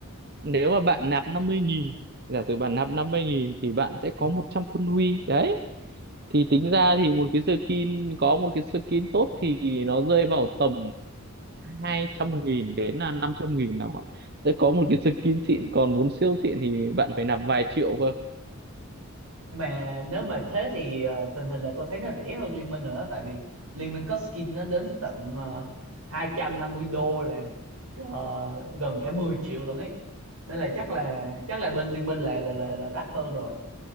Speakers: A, on the right; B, on the right.
A: nếu mà bạn nạp 50 nghìn giả sử bạn nạp 50 nghìn thì bạn sẽ có 100 quân huy đấy thì tính ra thì một cái skin có một cái skin tốt thì nó rơi vào tầm hai trăm nghìn đến là năm trăm nghìn là bạn sẽ có một cái skin xịn còn muốn siêu xịn thì bạn phải nạp vài triệu cơ
B: Nhưng mà nếu mà thế thì ờ, tình hình là tôi thấy nó rẻ hơn Liên Minh nữa tại vì Liên Minh có skin nó đến tận ờ, 250 đô là ờ, gần cả 10 triệu luôn ấy. Nên là chắc là chắc là bên Liên Minh là là là, là đắt hơn rồi.